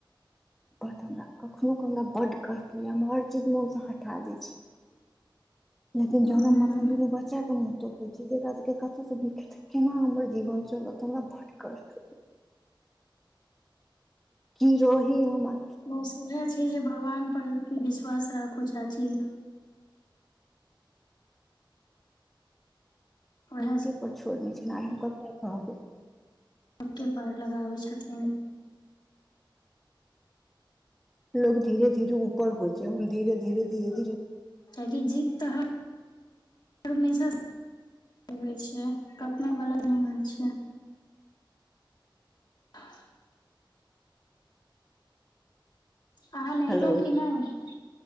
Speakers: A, in the centre; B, on the left.
A: बड हमरा कखनो के हमरा बड कष्ट होईया हम हर चीज मे पठा दै छी लेकिन
B: हूँ
A: जहन अपन दुनू बच्चा के मुँह तकै छी जेकरा सब के कतो से केना हमर जीवन चलत हमरा बड कष्ट हो की रही हमर
B: बस उएह छे जे भगवान पर विश्वास राखु चाची उएह
A: हुनके पर छोड़ने छी‌ आर हम ककरा कहबै
B: ओ सब के पाड़ लगाबै छथिन
A: लोक धीेरे धीेरे ऊपर होइ छे हम धीेरे धीेरे धीेरे
B: काकि जीत त अहां हमेशा होई छै कखनो गलत ने होइ छै आह अहाँ नहेलौं
A: हेलो
B: की नई